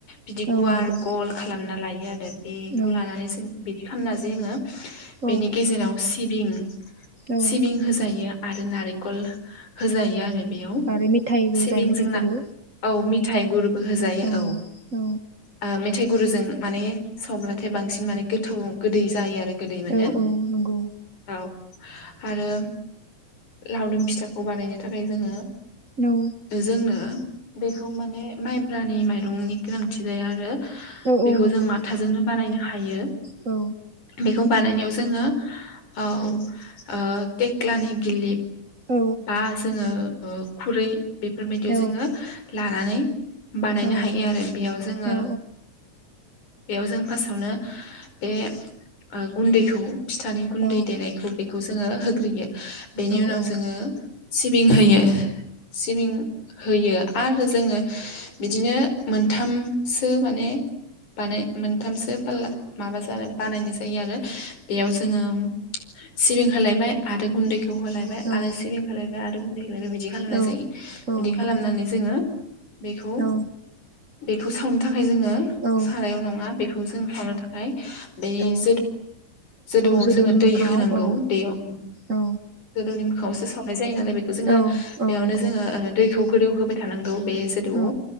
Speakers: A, on the left; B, on the right.
A: बिदि
B: औ नंगौ
A: गुवार गल खालामना लायो आरो बेखौ
B: औ
A: लानानै जों बिदि खालामना जै जोङो
B: औ
A: बेनि गेजेराव सिबिं
B: औ
A: सिबिं होजायो आरो नारेखल होजायो आरो बेयाव
B: आरो मिथाइबो
A: सिबिंजोंना
B: जायो मेथाइ गुरु
A: औ मिथाइ गुरबो होजायो औ।
B: औ औ
A: ओ मेथाइ गुरुजों माने सावब्लाथाय बांसिन माने गोथौ गोदै जायो आरो। गोदै मोनो
B: औ नंगौ
A: औ। आरो लावदुम फिथाखौ बानायनो थाखाय जोङो
B: औ
A: जोंनो बेखौ माने माइब्रानि माइरंनि गोनांथि जाया आरो
B: औ
A: बेखौ
B: औ नंगौ
A: जों माथाजोंनो बानायनो हायो
B: औ
A: बेखौ बानायनायाव जोङो औ ओ तेक्लानि गिलिब
B: औ
A: बा जोङो खुरै बेफोरबायदियाव
B: औ
A: जोङो लानानै बानायनो
B: औ
A: हायो आरो बेयाव जोङो
B: औ
A: बेयाव जों फार्स्टआवनो बे ओ गुन्दैखौ फिथानि गुन्दै
B: औ
A: देनायखौ बेखौ जोङो होग्रोयो बेनि
B: औ
A: उनाव
B: औ
A: जोङो सिबिं होयो सिबिं होयो आरो जोङो बिदिनो मोनथामसो माने बानाय मोनथामसो पाल्ला माबा जा बानायनाय जायो आरो बेयाव जोङो सिबिं होलायबाय आरो गुन्दैखौ होलायबाय
B: औ औ
A: आरो सिबिं होलायबाय आरो <unintelligible> बिदि खालामनाय
B: औ
A: जायो
B: औ
A: बिदि
B: नंगौ
A: खालामनानै जोङो बेखौ
B: औ
A: बेखौ सावनो थाखाय जोङो
B: औ
A: सारायाव नङा बेखौ जों सावनो थाखाय <unintelligible>
B: औ
A: जोदोवाव
B: जोदौनि
A: जोङो दै
B: मोखाङाव
A: होनांगौ
B: औ
A: दैयाव
B: औ
A: जोदौनि मोखाङावसो सावनाय जायो नालाय बेखौ जोङो
B: औ
A: बेयावनो
B: औ नंगौ
A: जोङो दैखौ गोदौ होबाय थानांगौ बे जोदौ
B: औ